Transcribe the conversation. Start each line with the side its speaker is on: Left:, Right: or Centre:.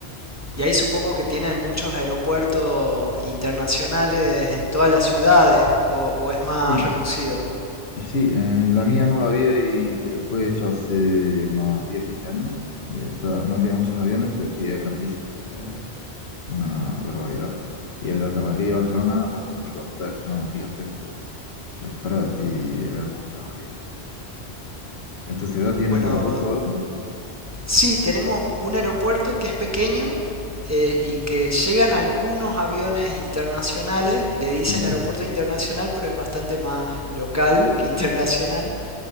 Right: Y ahí supongo que tienen muchos aeropuertos internacionales en todas las ciudades, o, o es
Left: Sí,
Right: más reducido.
Left: sí, eh, la mía no la había y fue, fue hecho hace unos diez quince años. Y esta no tiene muchos aviones, pero sí es grandísimo. Es una barbaridad. Y en los de Madrid y Barcelona, bueno, ni contar, que son gigantescos. Para ti, el aeropuerto de Madrid. ¿En tu ciudad tienes
Right: Bueno,
Left: aeropuerto o algo?
Right: Sí, tenemos un aeropuerto que es pequeño eh, y que llegan algunos aviones internacionales, le dicen
Left: Ujú,
Right: aeropuerto internacional, pero es bastante más local que internacional.